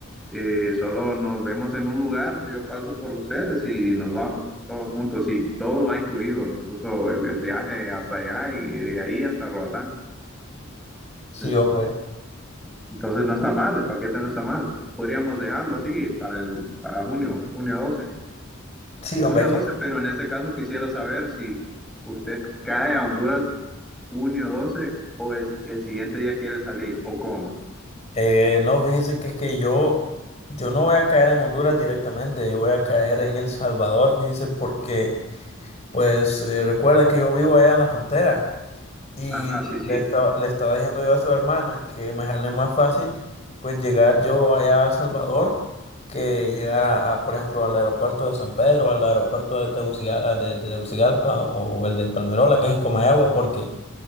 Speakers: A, in the centre; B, on the left (about 30°).
A: Eh, solo nos vemos en un lugar, yo paso por ustedes y nos vamos todos juntos y todo va incluido, incluso el, el viaje hasta allá y de ahí hasta Roatán. Entonces,
B: Sí, hombre.
A: entonces no está mal, el paquete no está mal. Podríamos dejarlo así para el, para junio, junio doce,
B: Sí, hombre.
A: Junio
B: que
A: 12, pero en este caso quisiera saber si usted cae a Honduras junio 12 o el, el siguiente día quiere salir o cómo.
B: Eh, no, fíjese que es que yo, yo no voy a caer en Honduras directamente, yo voy a caer en El Salvador, fíjese, porque pues eh, recuerda que yo vivo allá en la frontera y
A: Ajá, sí, sí,
B: le estaba, le estaba diciendo yo a su hermana que me sale más fácil pues llegar yo allá a El Salvador que llegar a, a, por ejemplo, al aeropuerto de San Pedro, al aeropuerto de Tegucigalpa, de, de Tegucigalpa o el de Palmerola, que es en Comayagua, porque...